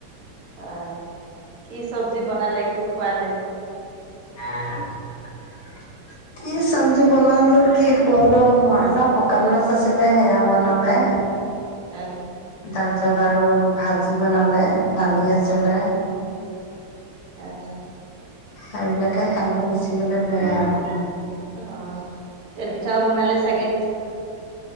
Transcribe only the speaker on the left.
<unintelligible> কি চবজি বনালো কি খোৱালো মা ন শোকান মাছ আছিলে সেয়া বনালে।
তাপিছত আৰু ভাজি বনালে, দালি আছিলে।
সেনেকে খাই বৈ গুচি গলে গে আৰু